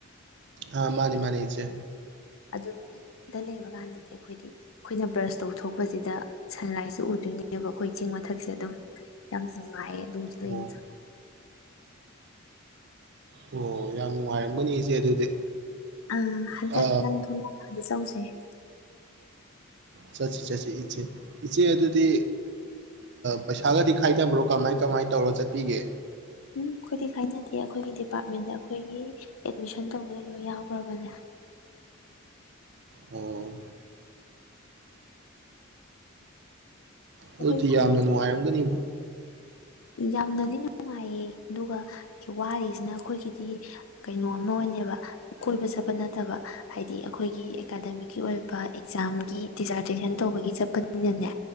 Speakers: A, on the right; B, on the left.
A: ꯑ ꯃꯥꯅꯤ ꯃꯥꯅꯤ ꯏꯆꯦ
B: ꯑꯗꯨ ꯗ ꯂꯩꯕ ꯀꯥꯟꯗꯗꯤ ꯑꯩꯈꯣꯏꯗꯤ ꯑꯩꯈꯣꯏꯅ ꯕ꯭ꯔꯁ ꯇꯧꯊꯣꯛꯄꯁꯤꯗ ꯁꯟꯂꯥꯏꯠꯁꯨ ꯎꯗꯣꯏꯅꯦꯕ ꯑꯩꯈꯣꯏ ꯆꯤꯡ ꯃꯊꯛꯁꯦ ꯑꯗꯨꯝ ꯌꯥꯝ ꯅꯨꯡꯉꯥꯏꯌꯦ <unintelligible>
A: ꯑꯣ ꯑꯣ ꯌꯥꯝ ꯅꯨꯡꯉꯥꯏꯔꯝꯒꯅꯤ ꯏꯆꯦ ꯑꯗꯨꯗꯤ
B: ꯑ ꯍꯟꯗꯛ
A: ꯑ
B: ꯅꯪ ꯊꯣꯂꯛꯗꯤ ꯆꯠꯂꯨꯁꯦ <inaudible>
A: ꯆꯠꯁꯤ ꯆꯠꯁꯤ ꯏꯆꯦ ꯏꯆꯦ ꯑꯗꯨꯗꯤ ꯄꯩꯁꯥꯒꯗꯤ ꯈꯥꯏꯗꯕ꯭ꯔꯣ ꯀꯃꯥꯏ ꯀꯃꯥꯏ ꯇꯧꯔ ꯆꯠꯄꯤꯒꯦ
B: ꯎꯝ ꯑꯩꯈꯣꯏꯗꯤ ꯈꯦꯏꯅꯗꯦ ꯑꯩꯈꯣꯏꯒꯤ ꯗꯤꯄꯥꯔꯠꯃꯦꯟꯗ ꯑꯩꯈꯣꯏꯒꯤ ꯑꯦꯠꯃꯤꯁꯟ ꯇꯧꯕꯗ ꯂꯣꯏ ꯌꯥꯎꯈ꯭ꯔꯕꯅꯦ
A: ꯑꯣ ꯑꯗꯨꯗꯤ
B: ꯑꯩꯈꯣꯏ ꯈꯥꯏꯅ
A: ꯌꯥꯝꯅ ꯅꯨꯡꯉꯥꯏꯔꯝꯒꯅꯤ
B: ꯌꯥꯝꯅꯗꯤ ꯅꯨꯡꯉꯥꯏꯌꯦ ꯑꯗꯨꯒ ꯋꯥꯔꯤꯁꯤꯅ ꯑꯩꯈꯣꯏꯒꯤꯗꯤ ꯀꯩꯅꯣ ꯑꯃ ꯑꯣꯏꯅꯕ ꯀꯣꯏꯕ ꯆꯠꯄ ꯅꯠꯇꯕ ꯍꯥꯏꯗꯤ ꯑꯩꯈꯣꯏꯒꯤ ꯑꯦꯀꯥꯗꯃꯤꯛꯀꯤ ꯑꯣꯏꯕ ꯑꯦꯛꯖꯥꯝꯒꯤ ꯗꯤꯖꯥꯔꯇꯦꯁꯟ ꯇꯧꯕꯒꯤ ꯆꯠꯄꯅꯤꯅꯅꯦ